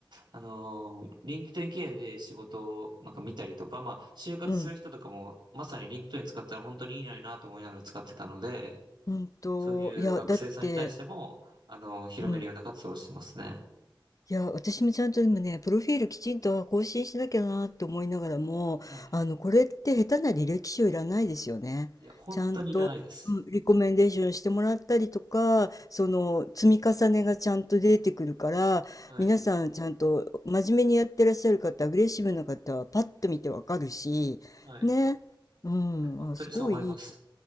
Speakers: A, on the right (about 65°); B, on the left (about 40°).
A: あのーリンクトイン経由で仕事を、なんか見たりとか、まあ、就活する人とかも、
B: うん。
A: まさにリンクトイン使ったら本当にいいのになと思いながら使ってたので、
B: うんと、
A: そういう学生さんに対しても、
B: いや、だって、
A: あのー広めるような活動をしてますね。
B: うん。いや、私もちゃんとでもね、プロフィールきちんとあ更新しなきゃなと思いながらも、
A: はい。
B: あの、これって下手な履歴書いらないですよね。
A: いや、本当にいらないです。
B: ちゃんと、うん、リコメンデーションしてもらったりとか、その積み重ねがちゃんと出てくるから、
A: はい。
B: 皆さんちゃんと真面目にやってらっしゃる方、アグレッシブな方はパッと見てわかるし、
A: はい。
B: ね。うん、
A: いや、本当にそう思います。
B: あ、すごいいい